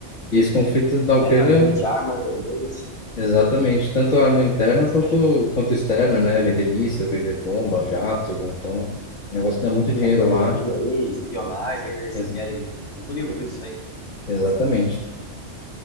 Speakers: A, on the left; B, on the left.
A: E esse conflito da Ucrânia,
B: é, né? A venda de armas, né, deles.
A: exatamente, tanto a arma interna quanto,
B: Eles querem
A: quanto externa, né? Vender míssil, vender bomba, jato, então,
B: né,
A: é um negócio que dá muito dinheiro
B: tecnologia
A: lá.
B: aí, espionagem, né? Eles
A: Ex-
B: querem. Estão tudo envolvido isso aí.
A: Exatamente.